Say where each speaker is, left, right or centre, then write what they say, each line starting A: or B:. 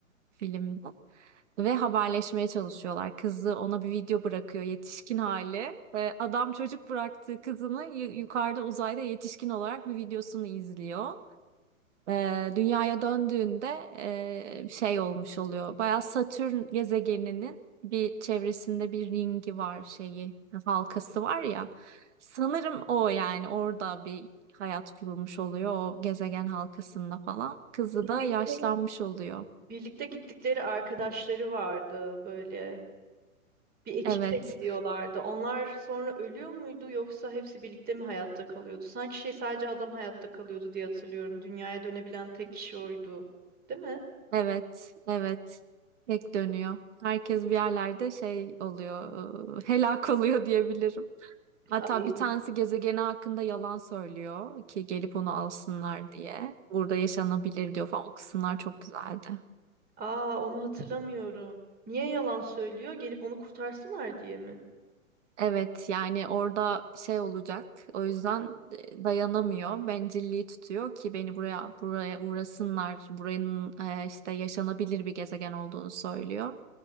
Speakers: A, on the right; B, on the right.
A: filmde. Ve haberleşmeye çalışıyorlar. Kızı ona bir video bırakıyor yetişkin hali. Ve adam çocuk bıraktığı kızını yu- yukarıda uzayda yetişkin olarak bir videosunu izliyor. e, dünyaya döndüğünde e, şey olmuş oluyor. Bayağı Satürn gezegeninin bir çevresinde bir ringi var şeyi, halkası var ya. Sanırım o yani orada bir hayat kurulmuş oluyor o gezegen halkasında falan. Kızı
B: Birlikteydi
A: da yaşlanmış oluyor.
B: Birlikte gittikleri arkadaşları vardı böyle. Bir ekiple
A: Evet,
B: gidiyorlardı. Onlar sonra ölüyor muydu yoksa hepsi birlikte mi hayatta kalıyordu? Sanki şey sadece adam hayatta kalıyordu diye hatırlıyorum. Dünyaya dönebilen tek kişi oydu. Değil mi?
A: evet, evet. Tek dönüyor. Herkes bir yerlerde şey oluyor, e, helak <laughs> oluyor diyebilirim. Hatta
B: Ay.
A: bir tanesi gezegeni hakkında yalan söylüyor ki gelip onu alsınlar diye. Burada yaşanabilir diyor falan. O kısımlar çok güzeldi.
B: Aa onu hatırlamıyorum. Niye yalan söylüyor? Gelip onu kurtarsınlar diye mi?
A: Evet yani orada şey olacak. O yüzden e, dayanamıyor. Bencilliği tutuyor ki beni buraya buraya uğrasınlar. Buranın e, işte yaşanabilir bir gezegen olduğunu söylüyor.